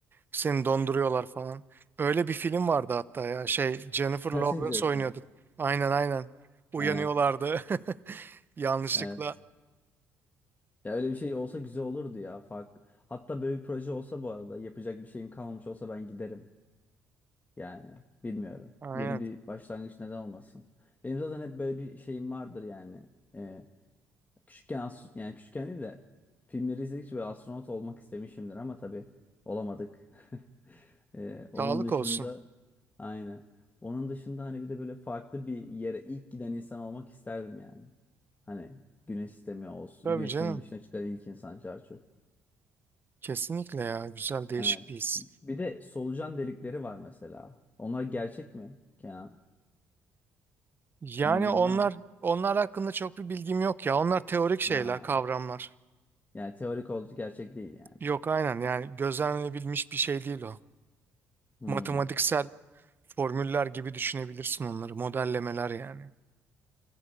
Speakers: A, on the right; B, on the left.
A: seni donduruyorlar falan. Öyle bir film vardı hatta ya şey Jennifer
B: Passengers
A: Lawrence oynuyordu.
B: mi?
A: Aynen aynen uyanıyorlardı
B: Evet,
A: <laughs> yanlışlıkla.
B: evet. Ya öyle bir şey olsa güzel olurdu ya. Fark... Hatta böyle bir proje olsa bu arada yapacak bir şeyim kalmamış olsa ben giderim. Yani bilmiyorum.
A: Aynen
B: Yeni bir başlangıç neden olmasın. Benim zaten hep böyle bir şeyim vardır yani. Ee, küçükken as- yani küçükken değil de filmleri izledikçe böyle astronot olmak istemişimdir ama tabii olamadık. <laughs> Ee, onun
A: sağlık
B: dışında
A: olsun.
B: aynen. Onun dışında hani bir de böyle farklı bir yere ilk giden insan olmak isterdim yani. Hani güneş sistemi olsun.
A: Tabii
B: Güneş
A: canım
B: sisteminin dışına çıkan ilk insan çarçur.
A: kesinlikle ya güzel değişik
B: Evet.
A: bir his.
B: Bir de solucan delikleri var mesela. Onlar gerçek mi Kenan?
A: Yani
B: Bilgin
A: onlar
B: var mı?
A: onlar hakkında çok bir bilgim yok ya onlar teorik şeyler
B: Aa,
A: kavramlar.
B: yani teorik olduğu gerçek değil yani.
A: Yok aynen yani gözlemlenebilmiş bir şey değil o.
B: Hmm.
A: Matematiksel formüller gibi düşünebilirsin onları. Modellemeler yani.